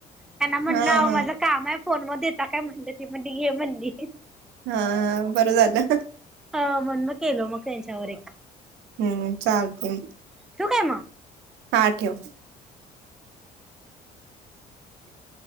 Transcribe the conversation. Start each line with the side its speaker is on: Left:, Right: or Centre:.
Centre: त्यांना म्हणलं
Right: हा
Centre: आवो
Right: हा
Centre: माझं काम हाय. फोन म देता काय म्हणलं, ती म्हणली घे म्हणली.
Right: हा बरं झालं.
Centre: अवण म केल मग त्यांच्यावर एक.
Right: हम्म चालतय.
Centre: ठीवू काय मग?
Right: हा ठेव. अ